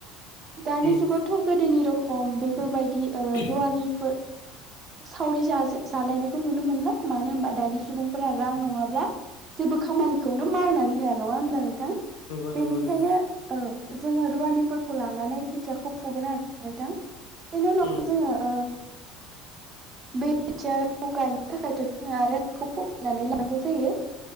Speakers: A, on the right (about 25°); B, on the left (about 80°).
A: दानि जुगावथ'
B: उम
A: गोदोनि रखम बेफोरबायदि रुवानिफोर
B: उम
A: सावरि जा जालायनायखौ नुनो मोनला मानो होनबा दानि सुबुंफोरा रां नङाब्ला
B: उम
A: जेबो खामानिखौनो मावनानै होआ नङा होनब्ला नोंथां
B: नंगौ
A: बेनिखायनो
B: नंगौ
A: औ जोङो रुवानिफोरखौ लानानै खोथियाखौ फुगोन आरो नोंथां बेनि उनाव
B: उम नंगौ उम अ उम
A: जोङो बे खोथियाखौ गायनो थाखायथ' जोङो आरोखौ फमायनानै लानांगौ जायो